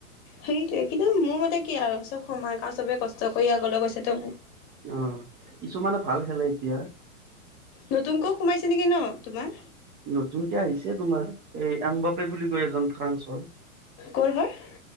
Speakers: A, on the left (about 35°); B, on the right (about 20°).
A: সেইটোৱে কিন্তু মোৰ মতে কি আৰু চব সময় ক চবে কষ্ট কৰি আগলৈ গৈছে তে
B: অ কিছুমানে ভাল খেলে এতিয়া
A: নতুনকৈ সোমাইছে নেকি ন তোমাৰ
B: নতুনকে আহিছে তোমাৰ এ এম্বাপে বুলি কয় এজন ফ্ৰান্সৰ
A: ক'ৰ হয়।